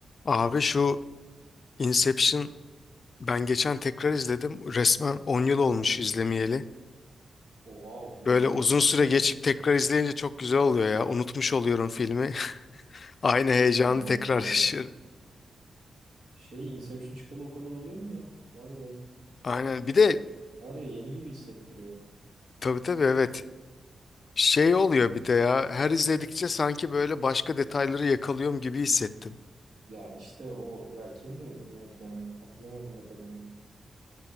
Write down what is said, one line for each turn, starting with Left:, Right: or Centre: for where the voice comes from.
Left: Abi şu Inception ben geçen tekrar izledim. Resmen 10 yıl olmuş
Right: Of.
Left: izlemeyeli.
Right: Oha o film
Left: Böyle
Right: o kadar
Left: uzun
Right: eski
Left: süre
Right: mi ya?
Left: geçip tekrar izleyince çok güzel oluyor ya. Unutmuş oluyorum filmi. <laughs> Aynı heyecanı
Right: Ha e,
Left: tekrar
Right: tabii.
Left: yaşıyorum.
Right: Şey Inception çıkalı o kadar oluyor mu ya? Vay be.
Left: Aynen. Bir de
Right: Var ya yeni gibi hissettiriyor.
Left: tabii tabii evet. Şey oluyor bir de ya. Her izledikçe sanki böyle başka detayları yakalıyorum gibi hissettim.
Right: Ya işte o ya kimdi yönetmeni? Hatırlayamadım bak adını.